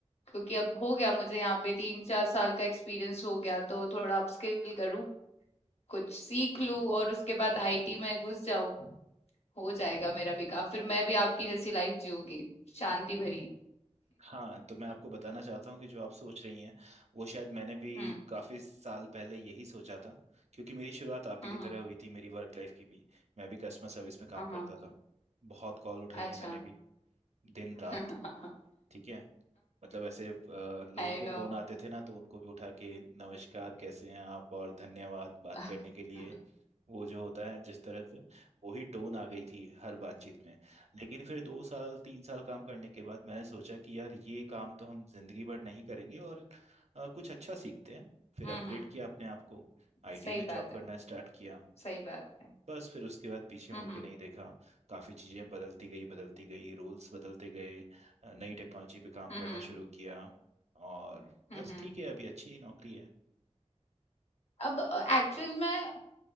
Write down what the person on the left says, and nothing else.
क्योंकि अब हो गया मुझे यहाँ पे तीन चार साल का एक्सपीरियंस हो गया तो थोड़ा अपस्किल करूँ कुछ सीख लूँ और उसके बाद आईटी में घुस जाऊँ हो जाएगा मेरा भी काम फिर मैं भी आपकी जैसी लाइफ जीऊंगी शांति भरी
हुँ।
हाँ,
हाँ।
हाँ,
हाँ।
अच्छा।
<laughs>
I
know.
<laughs>
हुँ,
हुँ।
सही
बात
है,
सही बात है।
हुँ, हुँ।
हुँ,
हुँ।
हुँ,
हुँ।
अब अ, एक्चुअल में